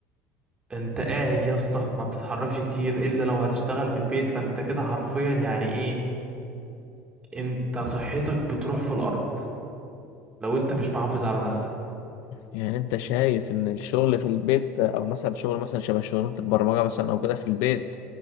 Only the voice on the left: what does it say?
يعني انت شايف ان الشغل في البيت او مثلا شغل مثلا شبه شغلانه البرمجه مثلا او كده في البيت